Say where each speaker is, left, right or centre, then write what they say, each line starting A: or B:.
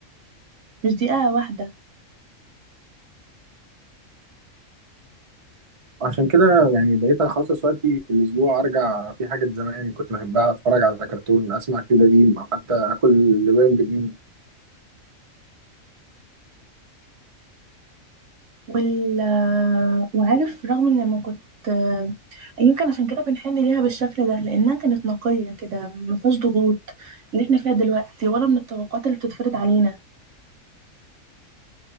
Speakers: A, on the right; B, on the right.
A: مش دقيقة واحدة
B: عشان كده يعني بقيت اخصص وقتي في الاسبوع ارجع في حاجه زمان كنت بحبها اتفرج على كرتون اسمع فيه قديم او حتى اكل لبان بجنيه
A: وال آه، وعارف رغم إن لما كنت آه، يمكن عشان كده بنحن ليها بالشكل ده لأنها كانت نقية كده ما فيهاش ضغوط اللي احنا فيها دلوقتي ولا من الطبقات اللي بتتفرض علينا